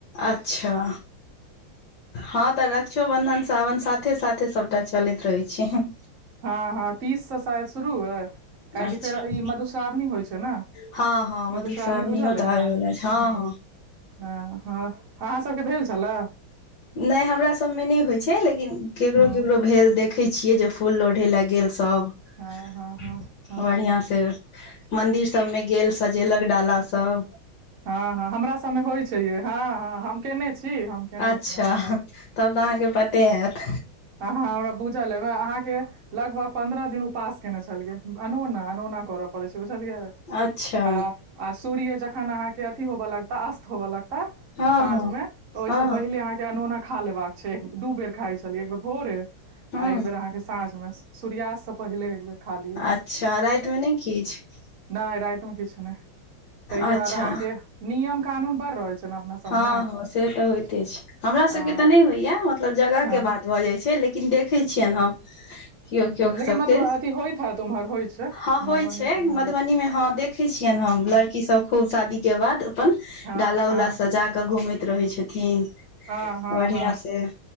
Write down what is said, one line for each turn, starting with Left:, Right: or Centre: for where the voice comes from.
Left: अच्छा हँ तऽ रक्षोबंधन सावन साथे साथे सभटा चलैत रहै छै
Right: हँ हँ तीस से शायद शुरू ए काहेकि
Left: अच्छा
Right: फेर ई मधुश्रावणी होइ छै तऽ न
Left: हँ
Right: <inaudible>
Left: हँ
Right: मधुश्रावनी
Left: मधुश्रावणियो
Right: बूझा ले
Left: तऽ
Right: न
Left: आबे वाला छै हँ
Right: हु
Left: हँ
Right: हऽ हऽ अहाँ सब केँ भेल छले
Left: नै हमरा सब में नै होइ छै लेकिन केकरो
Right: हुँ
Left: केकरो भेल देखै छियै जे फूल लोढ़े लऽ गेल सब
Right: हँ हँ
Left: <inaudible>
Right: हँ हँ
Left: बढ़िया से मंदिर सब में गेल सजेलक डाला सब
Right: हँ हँ हमरा सब मे होइ छैे हँ हँ हम केने छी हम केने छी
Left: अच्छा
Right: मधुश्रावणी
Left: तब तऽ अहाँकेँ पते हैत
Right: अहाँ हँ हमरा बुझल ए अहाँकेँ लगभग पंन्द्रह दिन उपास केने छलियै अनोना अनोना कर पड़ै छै बुझलियै
Left: अच्छा
Right: <inaudible> आ आ सू्र्य जखन अहाँ केँ अथी होब लगता अस्त होब लगता
Left: हँ
Right: साँझ
Left: हँ
Right: में तऽ ओइ
Left: हँ
Right: स पहिले अहाँकेँ अनोना खा लेबाक छै दू बेर खाइ छलियै एक बेर भोरे
Left: हँ
Right: आ एकबेर अहाँकेँ साँझ में सूर्यास्त स पहिले एक बेर खा लिय <inaudible>
Left: अच्छा रातिमे नहि किछु
Right: नै राइत में किछ नै तइ <inaudible> के
Left: अच्छा
Right: बाद आहाँ नियम कानून बर रहै छै सबमे
Left: हँ से तऽ होयइते छै हमरा
Right: आ
Left: सब केँ तऽ नै होय मतलब जगह
Right: हँ
Left: केँ बात भऽ जाइ छै लेकिन देखै छियनि हम केओ केओ
Right: हु लेकिन
Left: सभके
Right: मधु अथि होइत हैत ओमहर होइ छै
Left: हँ होइ
Right: मधुबनी
Left: छै
Right: सबमे
Left: मधुबनी
Right: होइ छै
Left: में हऽ देखै छियनि हम
Right: हँ
Left: लड़की सब खूब शादी केँ बाद अपन
Right: हँ
Left: डाला
Right: हँ
Left: उला सजा कऽ घूमैत रहै छथिन
Right: हँ हँ
Left: बढ़िया
Right: हँ
Left: से